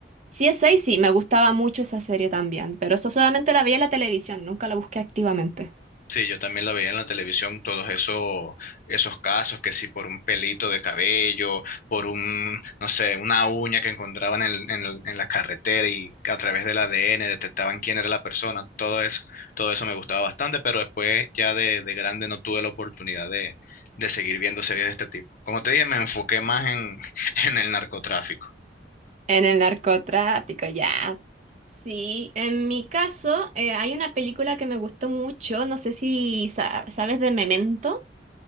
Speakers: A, on the right; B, on the left.
A: Si es 6, sí, me gustaba mucho esa serie también, pero eso solamente la vi en la televisión, nunca la busqué activamente.
B: Sí, yo también la veía en la televisión, todos esos, esos casos, que si por un pelito de cabello, por un, no sé, una uña que encontraban en, en el- en la carretera y a través del ADN detectaban quién era la persona, todo eso, todo eso me gustaba bastante, pero después ya de, de grande no tuve la oportunidad de, de seguir viendo series de este tipo. Como te dije, me enfoqué más en, <laughs> en el narcotráfico.
A: En el narcotráfico, ya. Sí, en mi caso, eh, hay una película que me gustó mucho, no sé si sa- sabes de Memento.